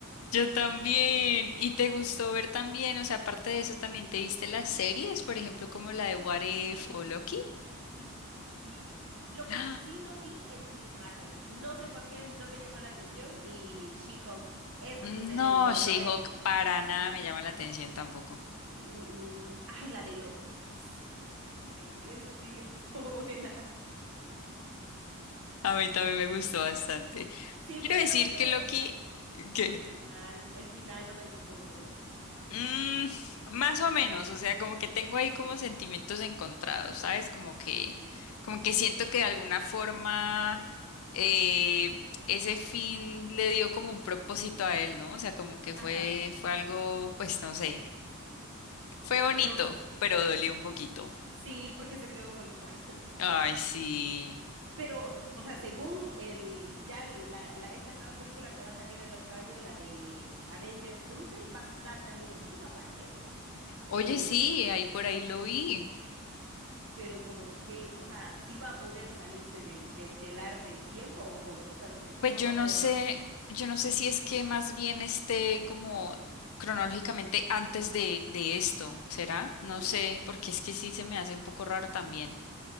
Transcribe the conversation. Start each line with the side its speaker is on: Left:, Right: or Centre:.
Left: yo también. ¿Y te gustó ver también? O sea, aparte de eso, ¿también te viste las series? Por ejemplo, como la de What If o Loki.
Right: Sí, sí, sí. Lo
Left: <gasps> Ah,
Right: que en sí no vi es Miss Marvel. No sé por qué no me llamó la atención y She-Hulk. Esas
Left: No,
Right: dos series no,
Left: She-Hulk
Right: no me gustan.
Left: para nada me llama la atención tampoco.
Right: Mm, mm. Ay, la de Loki. Sí, eso sí <laughs> estuvo buena.
Left: A mí también me gustó bastante.
Right: Sí,
Left: Quiero
Right: pero
Left: decir
Right: no mucho
Left: que
Right: me
Left: Loki,
Right: gustó.
Left: ¿qué?
Right: final, el final no me gustó de Loki.
Left: Mm, más o menos, o sea, como que tengo ahí como sentimientos encontrados, ¿sabes? Como que,
Right: Sí.
Left: como que siento que de alguna forma eh, ese fin le dio como un propósito a él, ¿no? O sea, como que
Right: Ajá,
Left: fue, fue algo, pues no sé, fue bonito,
Right: pero s-
Left: pero dolió un poquito.
Right: sí, porque se quedó solito. <laughs>
Left: Ay, sí.
Right: Pero, o sea, según el, ya la, la- esta nueva película que va a salir el otro año, la de Avengers Doomsday, va a estar también allí, va a aparecer,
Left: Oye,
Right: pero,
Left: sí, ahí por ahí lo vi.
Right: pero como que, o sea, sí va a poder salirse del, del telar del tiempo o cómo o sea, solo
Left: Pues yo
Right: va a
Left: no
Right: poder
Left: sé,
Right: ver.
Left: yo no sé si es que más bien esté como cronológicamente antes de, de esto, ¿será? No
Right: Ujú.
Left: sé, porque es que sí se me hace un poco raro también.